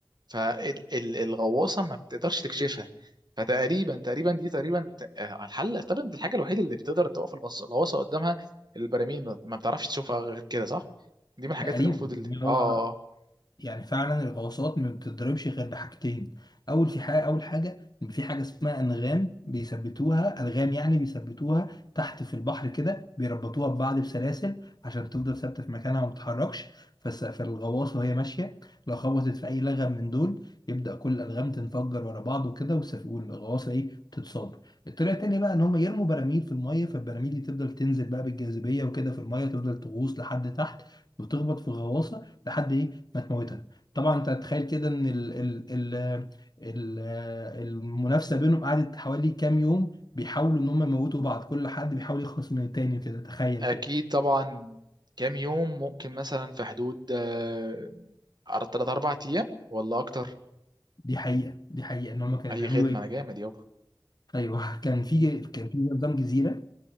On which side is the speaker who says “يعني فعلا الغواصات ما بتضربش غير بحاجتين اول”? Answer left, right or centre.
Left